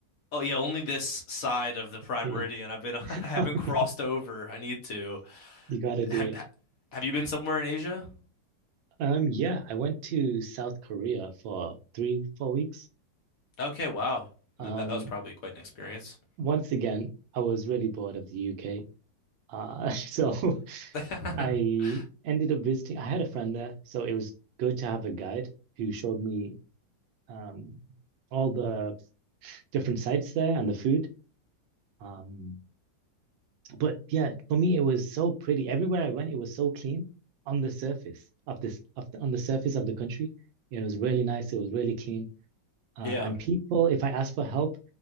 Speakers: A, on the left; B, on the right.
A: oh yeah, only this side of the Prime
B: Yeah.
A: Meridian. I've been, <laughs> I
B: <laughs>
A: haven't
B: Okay.
A: crossed over. I need to.
B: You gotta do
A: Have,
B: it.
A: ha- have you been somewhere in Asia?
B: Um, yeah, I went to South Korea for three, four weeks.
A: Okay, wow.
B: Um,
A: That, that, that was probably quite an experience.
B: once again, I was really bored of the UK. Uh, <laughs> so
A: <laughs>
B: I ended up visiting, I had a friend there, so it was good to have a guide who showed me um all the different sites there and the food. Um, But yeah, for me, it was so pretty. Everywhere I went, it was so clean on the surface of this, of the, on the surface of the country. It was really nice. It was really clean. Uh,
A: Yeah.
B: and people, if I asked for help,